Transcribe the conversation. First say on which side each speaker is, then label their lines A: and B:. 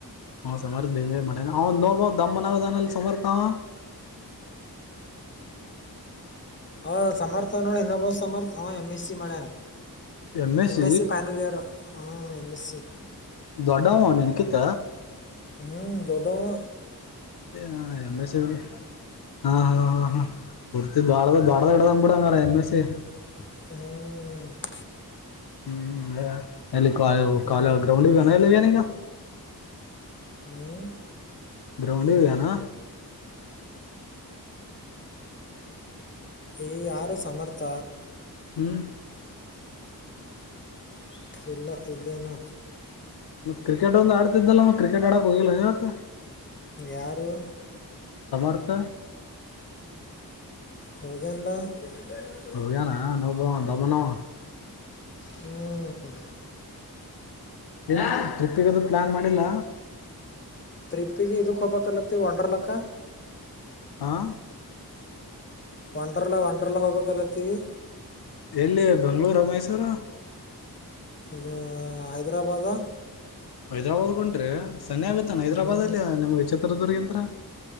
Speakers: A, on the left; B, on the left.
A: ಅವ ಸಮರ್ಥ <unintelligible> ಮಾಡ್ಯಾನ್, ಅವ ಇನ್ನೊಬ್ಬ ದಮ್ಮನವ್ ಅದಾನಲ ಸಮರ್ಥ ಅವ.
B: ಹಾ ಸಮರ್ಥ ಅನ್ನವ್ ಇನ್ನೊಬ್ಬ ಸಮರ್ಥ ಅವ ಎಂಎಸ್ಸಿ ಮಾಡ್ಯಾನ್.
A: M S
B: MSc final year ಹ ಎಂಎಸ್ಸಿ.
A: ದೊಡ್ಡವವ ನಿನ್ಕಿತ.
B: ಹ್ಞ ದೊಡ್ಡವ್.
A: ಏ ಹಾ <unintelligible> ಹಾ ಹಾ ಹಾ ಹಾ ಪೂರ್ತಿ ದ್ವಾಡದ ದ್ವಾಡದ ಇಡದನ ಬಿಡು ಎಂಎಸ್ಸಿ.
B: ಹ್ಮ್
A: ಹ್ಮ್ ಲೆ, ಎಲ್ಲಿ <unintelligible>
B: ಹ್ಞೂ
A: ಗ್ರೌಂಡಿಗ್ ಹೊಗ್ಯಾನೆನ್ ಎಲ್ಲಿ ಹೊಗ್ಯಾನಿಗ.
B: ಹ್ಮ
A: ಗ್ರೌಂಡಿಗೋಗ್ಯಾನ.
B: ಎ ಯಾರೋ ಸಮರ್ಥ.
A: ಹ್ಮ್
B: <unintelligible> ಇಲ್ಲ ಇದೇನಾ
A: ಕ್ರಿಕೆಟ್ ಒಂದ್ ಆಡ್ತಿದ್ನಲವ ಕ್ರಿಕೆಟ್ ಆಡಕ್ ಹೋಗಿಲ್ಲೆನ್ ಇವತ್.
B: ಯಾರು.
A: ಸಮರ್ಥ.
B: ಹೋಗ್ಯಾನ್ಲ. <inaudible>
A: ಹೋಗ್ಯಾನ ಇನ್ನೊಬ್ಬ ದಮ್ಮನವ.
B: ಹ್ಮ್
A: ಏನು ಟ್ರಿಪ್ಪಿಗದು ಪ್ಲಾನ್ ಮಾಡಿಲ್ಲ.
B: ಟ್ರಿಪ್ಪಿಗಿ ಇದಕ್ ಹೋಗ್ಬೇಕ್ ಅಲ್ಲತೀವ್ ವಂಡರ್ಲಾಕ್.
A: ಹಾ
B: ವಂಡರ್ಲಾ ವಂಡರ್ಲಾ ಹೋಗಬೇಕಲತ್ತೀವಿ.
A: ಎಲ್ಲಿ ಬೆಂಗ್ಳೂರೋ ಮೈಸೂರೋ.
B: ಇದ ಹೈದರಾಬಾದಾ.
A: ಹೈದರಾಬಾದಕ್ ಹೊಂಟೀರ ಸನೆಯಾಗುತ್ತೇನ್ ಹೈದರಾಬಾದ್
B: ಹ್ಞೂ
A: ಅಲ್ಲಿ ನಿಮಗ್ ಚಿತ್ರದುರ್ಗಿಂತ್ರ.